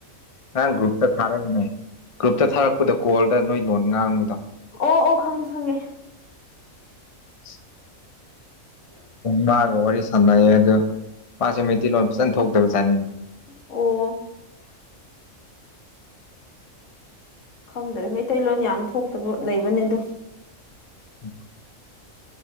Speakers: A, on the left; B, on the left.
A: ꯉꯔꯥꯡ ꯒ꯭ꯔꯨꯞꯇ ꯊꯥꯔꯛꯏꯅꯦ ꯒ꯭ꯔꯨꯞꯇ ꯊꯥꯔꯛꯄꯗꯣ ꯀꯣꯜꯗ ꯅꯣꯏ ꯂꯣꯟ ꯉꯥꯡꯕꯗꯣ
B: ꯑꯣ ꯑꯣ ꯈꯪꯉꯦ ꯈꯪꯉꯦ
A: ꯗ ꯃꯥꯒ ꯋꯥꯔꯤ ꯁꯥꯟꯅꯩꯌꯦ ꯑꯗꯨꯗ ꯃꯥꯁꯦ ꯃꯩꯇꯩꯂꯣꯟ ꯐꯖꯅ ꯊꯣꯛꯇꯕꯖꯥꯠꯅꯦ
B: ꯑꯣ ꯈꯪꯗꯔꯦ ꯃꯩꯇꯩꯂꯣꯟ ꯌꯥꯝ ꯊꯣꯛꯇꯕ ꯂꯩꯕꯅꯦ ꯑꯣ
A: ꯎꯝ